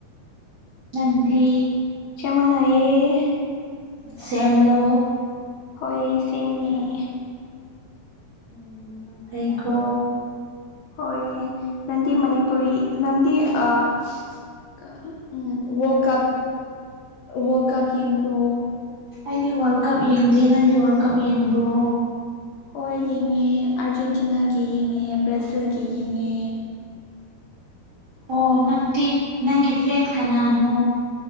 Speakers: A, on the right (about 35°); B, on the left (about 75°).
A: ꯅꯪꯗꯤ
B: ꯁꯦꯡ ꯃꯥꯟꯅꯩꯌꯦ
A: ꯁꯦꯝꯂꯣ
B: ꯍꯣꯏ ꯁꯦꯝꯅ‌ꯦ
A: ꯑꯣ ꯌꯥꯝ ꯐꯩꯀꯣ
B: ꯍꯣꯏ ꯅꯟꯗꯤ ꯃꯅꯤꯄꯨꯔꯤ ꯅꯟꯗꯤ ꯑꯥ ꯀꯥ ꯎꯝ ꯋꯥꯔꯜ ꯀꯞ ꯋꯥꯔꯜ ꯀꯞ ꯌꯦꯟꯕ꯭ꯔꯣ
A: ꯑꯩꯗꯤ ꯋꯥꯔꯜ ꯀꯞ ꯌꯦꯡꯗꯦ ꯅꯪꯗꯤ ꯋꯥꯔꯜ ꯀꯞ ꯌꯦꯡꯕ꯭ꯔꯣ
B: ꯍꯣꯏ ꯌꯦꯡꯉꯦ ꯑꯥꯔꯖꯦꯟꯇꯤꯅꯥꯒꯤ ꯌꯦꯡꯉꯦ ꯕ꯭ꯔꯥꯖꯤꯜꯒꯤ ꯌꯦꯡꯉꯦ꯫
A: ꯑꯣ ꯅꯪꯗꯤ ꯅꯪꯒꯤ ꯐꯦꯟ ꯀꯅꯥꯅꯣ